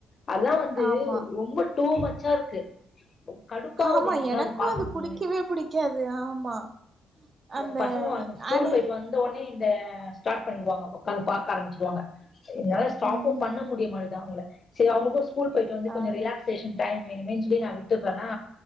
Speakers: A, on the left; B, on the right.
A: அல்லா வந்து
B: ஆமா
A: ரொ ரொம்ப டூ மச்சா இருக்கு கடுப்பாகுது
B: ஆமா
A: எனக்குலாம்
B: எனக்கு
A: பார்க்கணும்னாலே
B: அது புடிக்கவே புடிக்காது ஆமா அந்த
A: ஏ பசங்க வந் ஸ்கூல்
B: அணி
A: போயிட்டு வந்தோனே இந்த ஸ்டார்ட் பண்ணிடுவாங்க உக்காந்து பார்க்க ஆரம்பிச்சிடுவாங்க என்னால ஸ்டாப்பும்
B: ம்
A: பண்ண
B: ம்
A: முடிய மாட்டிது அவங்கள செரி அவங்களுக்கு ஸ்கூல் போயிட்டு வந்து கொஞ்சோ
B: ஆமா
A: ரிலாக்சேஷன் டைம் வேணுமேன்னு சொல்லி நா விட்டுறேன்னா